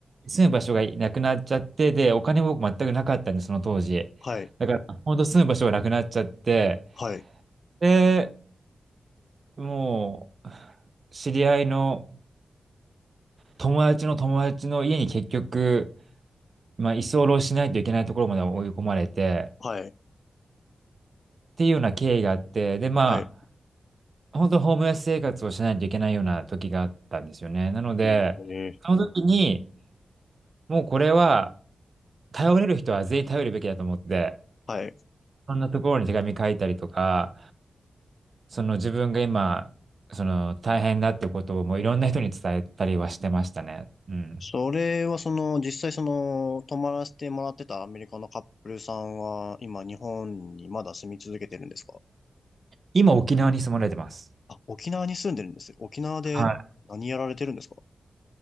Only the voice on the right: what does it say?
住む場所がなくなっちゃって、で、お金も僕全くなかったんで、その当時。
ほんと住む場所がなくなっちゃって、
で、もう、知り合いの友達の友達の家に結局、まあ、居候しないといけないところまで追い込まれて、
っていうような経緯があって、で、ま
あ、本当ホームレス生活をしないといけないような時があったんですよね。なので、
その時に、もうこれは、頼れる人は全員頼るべきだと思って、
そんなところに手紙書いたりとか、その自分が今、その大変だってことをもういろんな人に伝えたりはしてましたね。うん。
今沖縄に住まれてます。
はい。